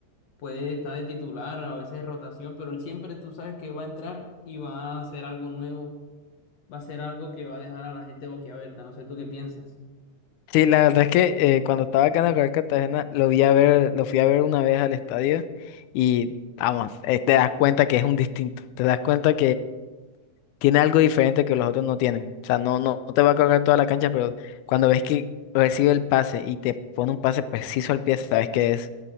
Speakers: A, on the left; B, on the left.
A: puede estar de titular, a veces de rotación, pero él siempre tú sabes que va a entrar y va a hacer algo nuevo, va a hacer algo que va a dejar a la gente boquiabierta, no sé tú qué piensas.
B: Sí, la verdad es que eh, cuando estaba acá en la Real Cartagena, lo vi a ver, lo fui a ver una vez al estadio y vamos, eh, te das cuenta que es un distinto. Te das cuenta tiene algo diferente que los otros no tienen. O sea, no, no, no te va a correr toda la cancha, pero cuando ves que recibe el pase y te pone un pase preciso al pie, sabes que es,